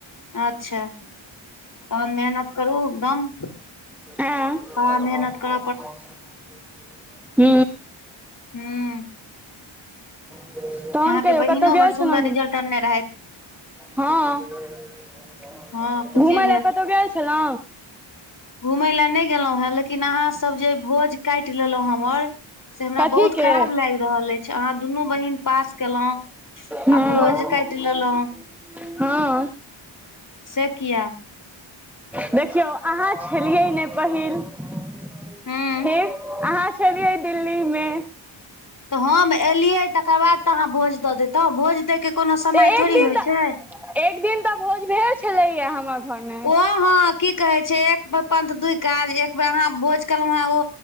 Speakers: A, on the left; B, in the centre.
A: अच्छा <inaudible> तहन मेहनत करू एकदम
B: एन् <unintelligible>
A: ह मेहनत क
B: <inaudible> हु
A: हूँ
B: <inaudible> तहन
A: अहाँके
B: कहियौ
A: बहिनो
B: कतहु गेल
A: बड़ सुन्दर
B: छलो
A: रिजल्ट अनने रहथि
B: हँ <inaudible>
A: हँ खुशी
B: घुमय लए कतहु गेल छलो
A: घुमय लए नय गेलो हेँ लेकिन अहाँ सभ जे भोज काटि लेलहुँ हमर से हमरा
B: कथी
A: बहुत
B: के
A: खराब लैग रहल ऐछ अहाँ दुनू बहिन पास केलहुं
B: हँ
A: आ भोज का कट ललो
B: <inaudible> हँ
A: से किया
B: <inaudible> देखियौ अहाँ छलियै ने पहिल <inaudible>
A: हूँ
B: ठीक अहाँ छलियै दिल्ली मे
A: तऽ हम एलियै तकर बाद तऽ अहाँ भोज दऽ देैतो भोज दयके कोनो समय
B: तऽ एक
A: थोड़ी
B: दिन
A: होइत
B: तऽ
A: छै
B: एक दिन तऽ भोज भेल छलैया हमर घरमे
A: ओ हॅ की कहे छै एक पन्थ दु काज एक बेर अहाँ भोज केलो हें ओ